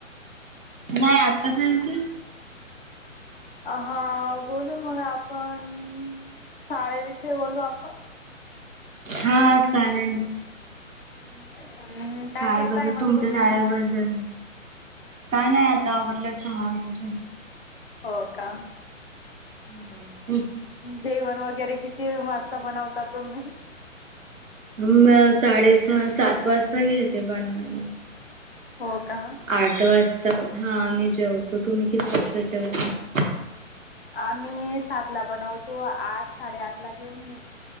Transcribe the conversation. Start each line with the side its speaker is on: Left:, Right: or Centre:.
Right: नाही आता सगित,
Left: हा बोलू मग आपण शाळेविषयी बोलू आपण,
Right: हा चालेल,
Left: हम्म काय
Right: शाळेबद्दल
Left: करताय मग
Right: तुमच्या
Left: तुम्ही
Right: शाळेबद्दल, काय नाही आता आवडलं चहा वगैरे,
Left: हो का,
Right: हम
Left: जेवण वगैरे किती वाजता बनवता तुम्ही.
Right: म साडेसहा सात वाजता घेते बनवायला.
Left: हो का
Right: आठ वाजता हा आम्ही जेवतो. तुम्ही किती वाजता जेवता.
Left: आम्ही सातला बनवतो. आठ साडेआठला जेऊन घेतो.